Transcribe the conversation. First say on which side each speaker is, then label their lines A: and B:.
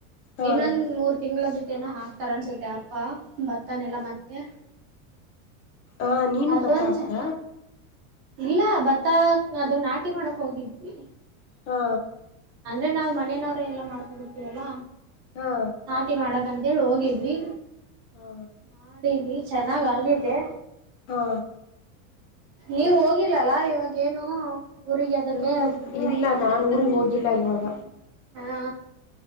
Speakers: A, on the left; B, on the right.
A: ಹಾ
B: ಇನ್ನೊಂದ್ ಮೂರು ತಿಂಗಳ ಬಿಟ್ಟು ಹಾಕ್ತಾರಂನ್ಸುತ್ತೆ ಪಾ ಭತ್ತನೆೆಲ್ಲ ಮತ್ತೆ.
A: ಆ ನೀನು
B: ಅದೊಂದ
A: ಬತ್ತ ಆಕ್ದ.
B: ಚ ಇಲ್ಲ ಭತ್ತ ಅದು ನಾಟಿ ಮಾಡಕ್ ಹೋಗಿದ್ವಿ.
A: ಹಾ
B: ಅಂದ್ರೆ ನಾವ್ ಮನೆನವ್ರೆ ಎಲ್ಲಾ ಮಾಡ್ಕೊಬಿಡ್ತೀವಲ್ಲ.
A: ಹಾ
B: ನಾಟಿ ಮಾಡಕಂತ ಹೇಳಿ ಹೋಗಿದ್ವಿ
A: ಹಾ
B: ಮಾಡಿದ್ವಿ ಚೆನ್ನಾಗ್ ಆಗತೆ.
A: ಹಾ
B: ನೀವು ಹೋಗಿಲ್ಲಲ್ಲ ಇವಾಗೇನು. ಊರಿಗೆ ಅದಕ್ಕೆ
A: ಹ್ಮ ಇಲ್ಲ ನಾ ಊರಿಗೆ ಹೋಗಿಲ್ಲ ಇವಾಗ.
B: ಹಾ